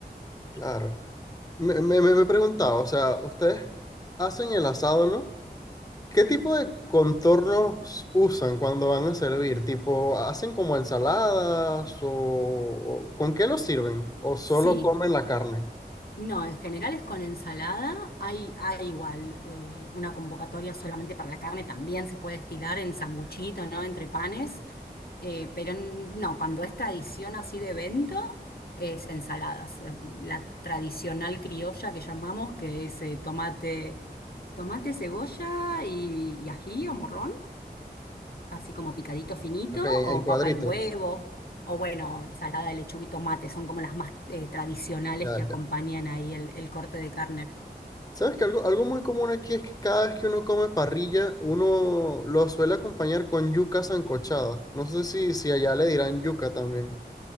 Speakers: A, on the left (about 20°); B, on the left (about 65°).
A: claro. Me, me, me me he preguntado, o sea, ustedes hacen el asado, ¿no? ¿Qué tipo de contornos usan cuando van a servir? ¿Tipo, hacen como ensaladas o o con qué lo sirven? ¿O solo
B: Sí,
A: comen la carne?
B: No, en general es con ensalada. Hay, hay igual eh, una convocatoria solamente para la carne, también se puede estilar en sanguchito, ¿no? Entre panes. Eh, pero n- no, cuando es tradición así de evento, es ensaladas. Eh, La tradicional criolla que llamamos, que es eh, tomate, tomate, cebolla y, y ají o morrón así como picadito finito,
A: Ok, en
B: o
A: en cuadritos.
B: papa y huevo, o bueno, ensalada de lechuga y tomate, son como las más eh, tradicionales
A: Ya,
B: que acompañan
A: ya.
B: ahí el, el corte de carne.
A: ¿Sabes que algo, algo muy común aquí es que cada vez que uno come parrilla, uno lo suele acompañar con yuca sancochada. No sé si, si allá le dirán yuca también.